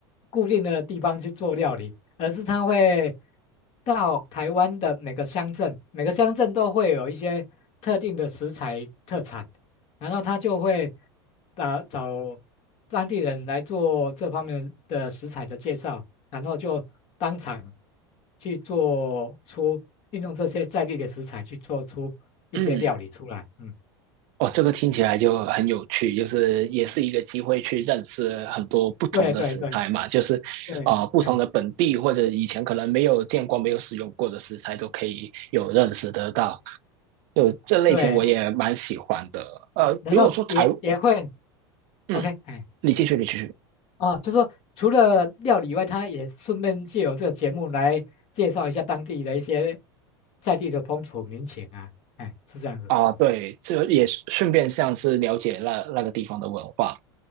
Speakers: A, on the left (about 50°); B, on the right (about 55°).
A: 固定的地方去做料理，而是它会到台湾的每个乡镇，每个乡镇都会有一些特定的食材特产，然后他就会啊找当地人来做这方面的食材的介绍，然后就当场去做出运用这些在地的食材去做出一些料理出来，
B: 嗯。
A: 嗯。
B: 哦，这个听起来就很有趣，就是也是一个机会去认识很多不同的食材嘛，
A: 对对对，
B: 就是啊、
A: 对，
B: 呃不同的本地或者以前可能没有见过、
A: 哎，
B: 没有使用过的食材都可以有认识得到。就这类型我也蛮喜欢的。
A: 对，
B: 呃，
A: 然后也也会
B: 如果说台，嗯，
A: ，OK，哎，
B: 你继续，你继续
A: 哦，就说除了料理以外，他也顺便借由这个节目来介绍一下当地的一些在地的风土民情啊，哎，是这样子，
B: 啊，
A: 嗯
B: 对，这也顺便像是了解那那个地方的文化